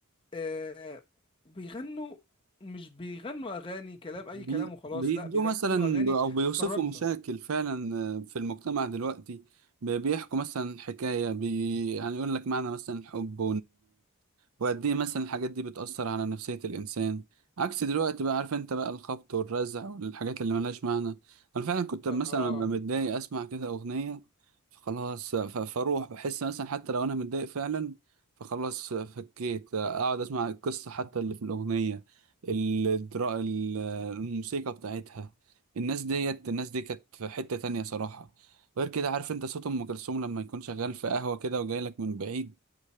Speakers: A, on the left (about 25°); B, on the right (about 70°).
A: آه بيغنوا مش بيغنوا اغاني كلام اي
B: بي-
A: كلام وخلاص
B: بيدوا
A: لا بيغنوا
B: مثلا
A: اغاني
B: او بيوصفوا
A: تطربنا
B: مشاكل فعلا في المجتمع دلوقتي بي- بيحكوا مثلا حكايه بي يعني يقول لك معنى مثلا الحب وقد ايه مثلا الحاجات دي بتأثر على نفسية الإنسان عكس دلوقتي بقى عارف انت بقى الخبط والرزع والحاجات اللي ملهاش معنى انا فعلا كنت مثلا
A: اه
B: ببقى متضايق اسمع كده أغنية فخلاص ف- فاروح بحس مثلا حتى لو انا متضايق فعلا فخلاص فكيت اقعد اسمع القصة حتى اللي في الأغنية الدرا... ال- الموسيقى بتاعتها الناس ديت الناس دي كانت في حتة تانية صراحة غير كده عارف انت صوت ام كلثوم لما يكون شغال في قهوة كده وجاي لك من بعيد